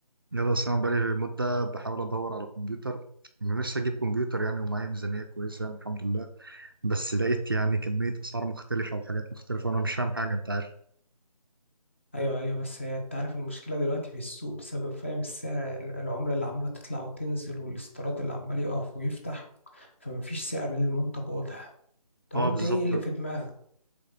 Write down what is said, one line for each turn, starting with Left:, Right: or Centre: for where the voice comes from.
Right: يا ده انا بقالي مده بحاول ادور على كمبيوتر انا نفسي اجيب كمبيوتر يعني ومعايا ميزانيه كويسه يعني الحمد لله بس لقيت يعني كميه اسعار مختلفه وحاجات مختلفه وانا مش فاهم حاجه انت عارف
Left: ايوه ايوه بس هي انت عارف المشكله دلوقتي في السوق بسبب فاهم السعر ال- العمله اللي عماله تطلع وتنزل والاستيراد اللي عمال يقف ويفتح فمفيش سعر للمنتج واضح طب
Right: اه
Left: انت
Right: بالظبط
Left: ايه اللي في دماغك